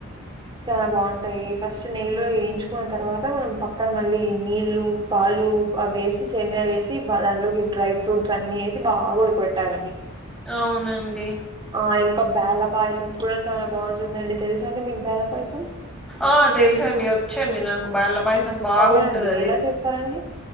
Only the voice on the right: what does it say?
చాలా బాగుంటాయి ఫస్ట్ నెయ్యిలో ఎంచు న్న తర్వాత మనం పక్కన మళ్ళీ నీళ్లు పాలు అవి వేసి సేమియాలు వేసి దానిలోకి డ్రై ఫ్రూట్స్ అన్ని వేసి బాగా ఉడక పెట్టాలండి
ఆ ఇంకా బేలపాయసం కూడా చాలా బాగుంటుందండి తెలుస అండి మీకు బేలపాయసం
అవునా అండి.
ఎలా చేస్తారండి?